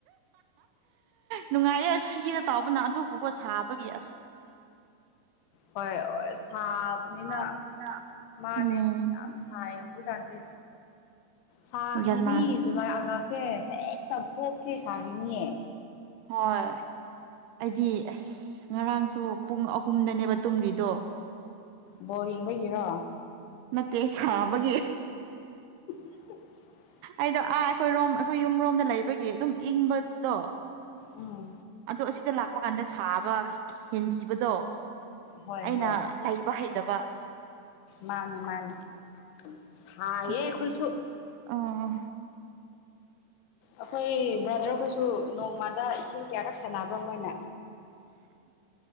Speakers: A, on the right; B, on the left.
A: ꯅꯨꯡꯉꯥꯏꯌꯦꯦ ꯐꯤꯗ ꯇꯥꯎꯕꯅ ꯑꯗꯨꯕꯨꯀꯣ ꯁꯥꯕꯒꯤ ꯑꯁ
B: ꯍꯣꯏ ꯍ ꯁꯥꯕꯅꯤꯅ
A: ꯁꯥꯕꯅꯤꯅ
B: ꯃꯥꯅꯦ
A: ꯎꯝ
B: ꯌꯥꯝ ꯁꯥꯏ ꯀꯁꯦ ꯁꯥꯗꯤ
A: ꯒ꯭ꯌꯥꯟ ꯃꯥꯟ
B: ꯖꯨꯂꯥꯏ ꯑꯒꯁ ꯦ ꯍꯦꯛꯇ ꯄꯣꯛꯈꯤꯦ ꯁꯥꯈꯤꯅꯤꯌꯦ
A: ꯍꯣꯏ ꯑꯩꯗꯤ ꯑꯁ ꯉꯔꯥꯡꯁꯨ ꯄꯨꯡ ꯑꯍꯨꯝꯗꯅꯦꯕ ꯇꯨꯝꯔꯤꯗꯣ
B: ꯕꯣ ꯌꯦꯡꯕꯒꯤꯔꯣ
A: ꯃꯦ ꯈꯕꯒꯤ
B: <inaudible>
A: ꯑꯩꯗꯣ ꯑꯥ ꯑꯩꯈꯣꯏꯔꯣꯝ ꯑꯩꯈꯣꯏ ꯌꯨꯝꯔꯣꯝꯗ ꯂꯩꯕꯒꯤ ꯑꯗꯨꯝ ꯏꯪꯕꯗꯣ
B: ꯎꯝ
A: ꯑꯗꯣ ꯑꯁꯤꯗ ꯂꯥꯛꯄ ꯀꯥꯟꯗ ꯁꯥꯕ ꯍꯦꯟꯈꯤꯕꯗꯣ
B: ꯍꯣꯏ
A: ꯑꯩꯅ
B: ꯍꯣꯏ
A: ꯂꯩꯕ ꯍꯩꯇꯕ
B: ꯃꯥꯅꯤ ꯃꯥꯅꯤ ꯁꯥꯏꯌꯦ
A: ꯑꯗꯨꯒꯤ
B: ꯑꯩꯈꯣꯏꯁꯨ
A: ꯑꯣ
B: ꯑꯩꯈꯣꯏ ꯕ꯭ꯔꯥꯗꯔꯈꯣꯏꯁꯨ ꯅꯣꯡꯃꯗ ꯏꯁꯤꯡ ꯀꯌꯥꯔꯛ ꯁꯥꯟꯅꯕ꯭ꯔꯥ ꯃꯣꯏꯅ